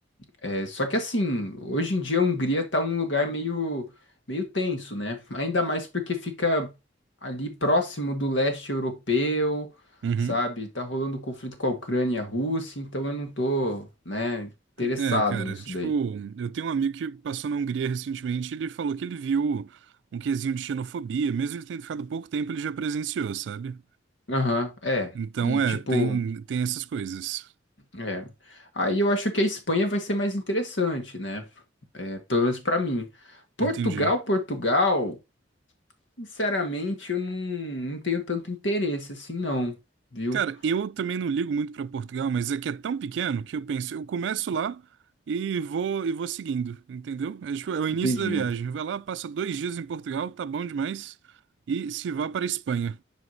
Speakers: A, on the left (about 80°); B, on the right (about 70°).
A: É, só que assim, hoje em dia a Hungria tá um lugar meio, meio tenso, né? Ainda mais porque fica ali próximo do leste europeu,
B: Uhum.
A: sabe? Tá rolando conflito com a Ucrânia e a Rússia, então eu não tô, né, interessado
B: É, cara,
A: nisso
B: tipo,
A: daí.
B: eu tenho um amigo que passou na Hungria recentemente e ele falou que ele viu um quesinho de xenofobia, mesmo ele tendo ficado pouco tempo, ele já presenciou, sabe?
A: Aham, é.
B: Então,
A: E
B: é,
A: tipo.
B: tem, tem essas coisas.
A: É. Aí eu acho que a Espanha vai ser mais interessante, né? É, pelo menos pra mim. Portugal,
B: Entendi.
A: Portugal, sinceramente, eu não, não tenho tanto interesse assim, não, viu?
B: Cara, eu também não ligo muito pra Portugal, mas é que é tão pequeno que eu penso, eu começo lá e vou e vou seguindo, entendeu? É, tipo, é o início
A: Entendi.
B: da viagem. Vai lá, passa dois dias em Portugal, tá bom demais, e se vá para a Espanha.